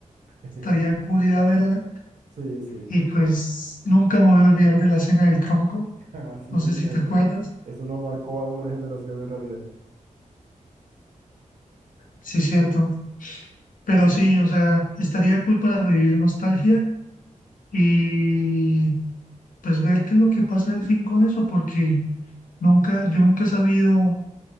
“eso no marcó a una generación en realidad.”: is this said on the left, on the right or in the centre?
Right